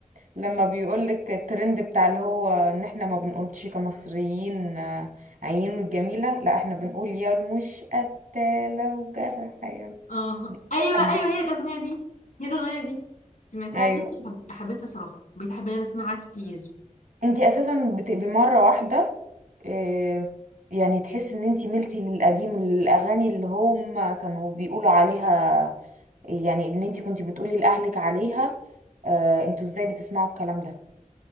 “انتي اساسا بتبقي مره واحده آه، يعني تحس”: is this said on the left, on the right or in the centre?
Right